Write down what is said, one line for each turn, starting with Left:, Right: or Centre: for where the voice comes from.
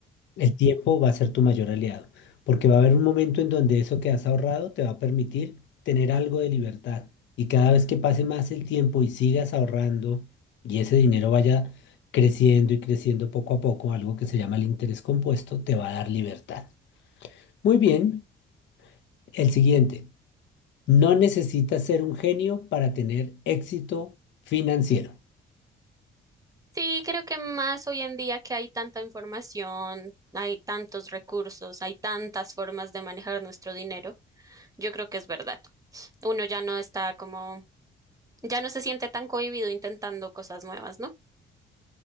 Left: el tiempo va a ser tu mayor aliado, porque va a haber un momento en donde eso que has ahorrado te va a permitir tener algo de libertad. Y cada vez que pase más el tiempo y sigas ahorrando y ese dinero vaya creciendo y creciendo poco a poco, algo que se llama el interés compuesto, te va a dar libertad. Muy bien, el siguiente. No necesitas ser un genio para tener éxito financiero.
Right: Sí, creo que más hoy en día que hay tanta información, hay tantos recursos, hay tantas formas de manejar nuestro dinero, yo creo que es verdad. Uno ya no está como, ya no se siente tan cohibido intentando cosas nuevas, ¿no?